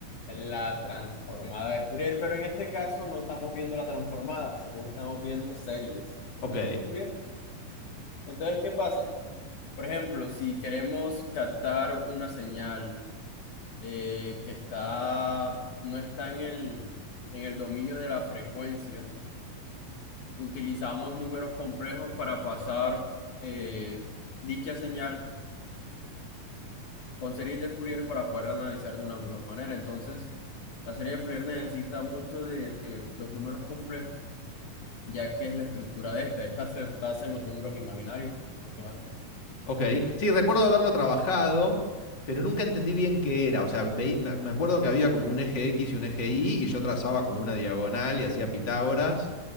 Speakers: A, on the left; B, on the left.
A: La transformada de Fourier, pero en este caso no estamos viendo la transformada, sino que estamos viendo series
B: Ok,
A: de Fourier. Entonces, ¿qué pasa? Por ejemplo, si queremos captar una señal eh, que está, no está en el, en el dominio de la frecuencia, utilizamos números complejos para pasar eh, dicha señal con series de Fourier para poder analizar de una mejor manera. Entonces, la serie de Fourier necesita mucho de, de los números complejos, ya que es la estructura de esta. Esta se basa en los números imaginarios. por ejemplo, ¿ah?
B: ok. Sí, recuerdo haberlo trabajado, pero nunca entendí bien qué era. O sea, veí- me me acuerdo que había como un eje X y un eje Y, y yo trazaba como una diagonal y hacía Pitágoras,